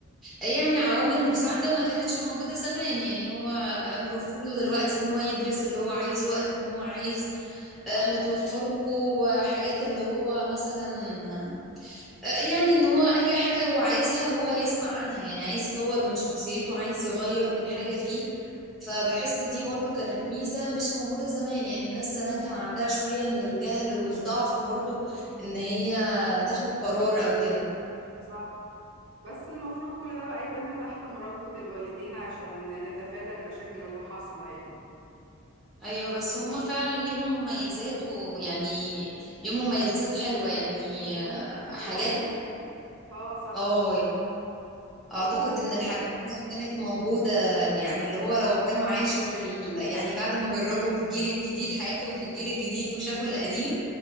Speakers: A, in the centre; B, on the right (about 70°).
A: آه، يعني عوامل مساعده ما كانتش موجوده زمان يعني هو
B: صح
A: بقى متوفر له دلوقتي ان هو يدرس اللي هو عايزه وقت ما هو عايز
B: صح
A: آه، متوفر له حاجات اللي هو مثلا آه، يعني ان هو اي حاجة هو عايزها هو هيسمع عنها يعني عايز يطور من شخصيته عايز يغير من حاجة فيه فبحس دي برضو كانت ميزة مش موجودة زمان يعني الناس زمان كان عندها شوية من الجهل والضعف برضو ان هي تاخد قرار او كده
B: صح بس المفروض كل ده بقى يتم تحت مراقبة الوالدين عشان نتفادى المشاكل اللي حاصلة يعني
A: ايوه بس هما فعلا ليهم مميزات ويعني ليهم مميزات حلوة يعني
B: دي مهمة
A: آه،
B: يز- هو
A: حاجات
B: كل- اه صح
A: اه اعتقد
B: هو
A: ان الحاجات دي لو كانت موجودة يعني اللي هو لو كانوا عاشوا في ال... يعني بعد ما جربوا الجيل الجديد حياتهم في الجيل الجديد وشافوا القديم